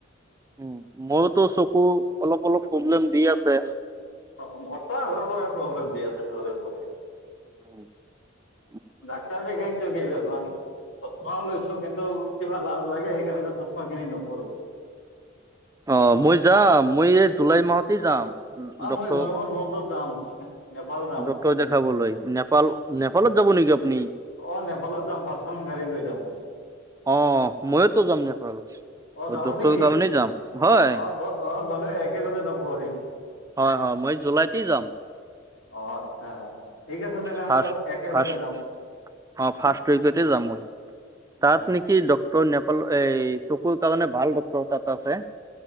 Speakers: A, on the right; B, on the left.
A: উম মোৰটো চকু অলপ অলপ প্ৰব্লেম দি আছে।
B: অ মোৰটো আগৰ পৰাই প্ৰব্লেম দি আছে সৰুৰ পৰাই।
A: উম।
B: ডাক্তৰ দেখাইছ। কেইবাৰমান চশমাও লৈছোঁ, কিন্তু কিবা লাজ লাগে সেইকাৰণে চশমা খিনি নকৰোঁ।
A: অ, মই যাম, মই এই জুলাই মাহতে যাম।
B: অ,
A: ডক্তৰ
B: মই গৰমৰ বন্ধত যাম। নেপাল যাম
A: ডক্তৰ দেখাবলৈ, নেপাল- নেপালত যাব নেকি আপুনি?
B: অ, নেপালত যাম, পাৰ্চনেল গাড়ী লৈ যাম।
A: অ, ময়োতো যাম নেপাল।
B: অ, যাব
A: ডক্তৰৰ
B: নেকি?
A: কাৰণে যাম হয়
B: অ- অ, গলে একেলগে যাব পাৰিম।
A: হয়- হয় মই জুলাইতেই যাম।
B: অ, আতচ্ছা, ঠিক আছে তেনেহ'লে
A: ফাৰ্ষ্ট
B: একেলগে
A: ফাৰ্ষ্ট
B: যাম।
A: অ, ফা্ৰ্ষ্ট উইকতে যাম মই, তাত
B: অ
A: নেকি নেপাল এই চকুৰ কাৰণে ভাল ডক্তৰ তাত আছে।